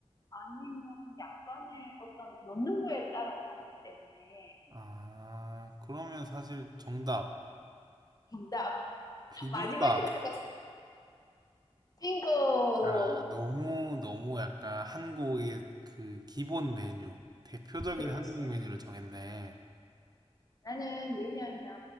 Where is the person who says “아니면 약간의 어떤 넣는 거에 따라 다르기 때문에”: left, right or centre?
Left